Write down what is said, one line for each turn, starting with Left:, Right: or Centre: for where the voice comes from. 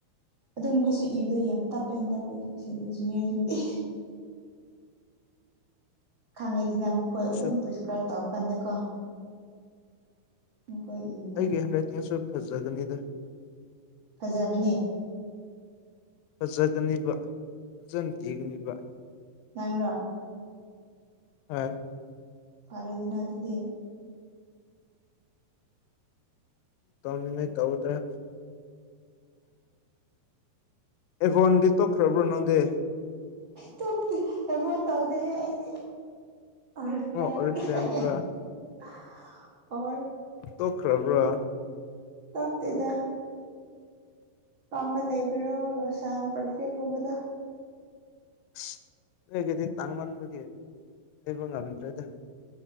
Right: ꯑꯗꯨꯝ ꯃꯈꯣꯏꯁꯨ ꯏꯕꯗ ꯌꯥꯝ ꯇꯞꯄꯦ ꯍꯟꯗꯛꯇꯤ ꯁꯤꯅꯤ ꯖꯨꯅꯤꯌꯔꯁꯤꯡꯗꯤ ꯈꯪꯉꯦꯗꯅ ꯃꯈꯣꯏ
Left: ꯑꯩꯁꯨ
Right: ꯑꯗꯨꯝ ꯄ꯭ꯔꯤꯁꯀ꯭ꯔꯥꯏꯕ ꯇꯧꯕꯀꯥꯟꯗꯀꯣ ꯃꯈꯣꯏ ꯏꯕ
Left: ꯑꯩꯒꯤ ꯍꯦꯟꯔꯥꯏꯇꯤꯡꯁꯨ ꯐꯖꯒꯅꯤꯗ
Right: ꯐꯖꯕꯅꯦ
Left: ꯐꯖꯒꯅꯤꯕ ꯐꯖꯅ ꯏꯕꯅꯤꯕ
Right: ꯅꯪꯔꯣ
Left: ꯍꯣꯏ
Right: ꯐꯔꯦꯗꯅ ꯑꯗꯨꯗꯤ
Left: ꯇꯧꯅꯤꯡꯉꯤ ꯇꯧꯗꯔꯦ ꯑꯦꯚꯣꯟꯒꯤ ꯇꯣꯛꯈ꯭ꯔꯕ꯭ꯔꯣ ꯅꯪꯗꯤ
Right: ꯇꯣꯛꯇꯦ ꯑꯚꯣꯟ ꯇꯧꯗꯦꯍꯦ ꯑꯩꯗꯤ ꯑꯣꯔꯤꯐꯂꯦꯝ
Left: ꯑꯣ ꯑꯣꯔꯤꯐ꯭ꯂꯦꯝꯔꯥ ꯇꯣꯛꯈ꯭ꯔꯕ꯭ꯔꯥ
Right: ꯇꯣꯛꯇꯦꯗ ꯑꯄꯥꯝꯕ ꯂꯩꯕ꯭ꯔꯣ ꯂꯣꯁꯥꯟ ꯄꯔꯐ꯭ꯌꯨꯝꯒꯨꯝꯕꯗꯣ
Left: ꯑꯁ ꯑꯩꯒꯤꯗꯤ ꯇꯥꯡꯃꯟꯕꯒꯤ ꯂꯩꯕ ꯉꯝꯗ꯭ꯔꯦꯗ